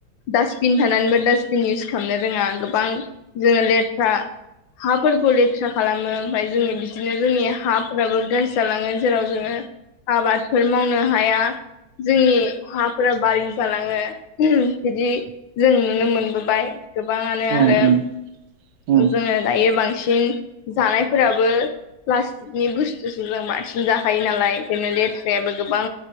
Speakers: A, on the left; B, on the right.
A: डास्टबिन थानानैबो दास्डबिन इउस खालामनो रोङा गोबां जोङो लेथ्रा हाफोरखौ लेथ्रा खालामो। ओमफ्राय जोंनि बिदिनो जोंनि हाफोराबो ग्राजि जालाङो जेराव जोङो आबादफोर मावनो हाया। जोंनि हाफोरा <unintelligible> जालाङो बिदि जों नुनो मोनबोबाय गोबाङानो
B: उम
A: आरो
B: उम उम
A: ओ जोङो दायो बांसिन जानायफोराबो प्लास्टिकनि बुस्थुसो जों बांसिन जाखायो नालाय एखायनो लेथ्रायाबो गोबां